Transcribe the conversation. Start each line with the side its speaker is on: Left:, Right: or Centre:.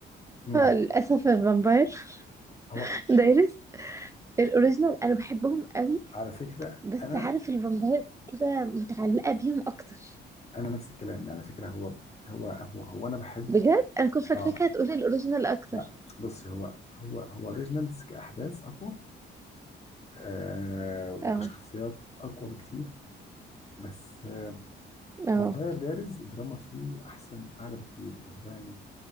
Left: امم
Right: للأسف الفامباير
Left: هو
Right: <laughs> دايرس الاوريجينال انا بحبهم قوي
Left: على فكرة
Right: بس
Left: أنا
Right: عارف الفامباير كده متعلقة بيهم اكتر
Left: أنا نفس الكلام يعني على فكرة هو هو هو, هو أنا بحب
Right: بجد انا كنت فاكراك
Left: آه
Right: هتقولي الاوريجينال اكتر
Left: لا بصي هو هو هو أوريجينالز كأحداث أقوى آه
Right: اه
Left: وكشخصيات أقوى بكتير بس آه
Right: اه
Left: فامباير دايريز الدراما فيه أحسن أعلى بكتير اللي هو يعني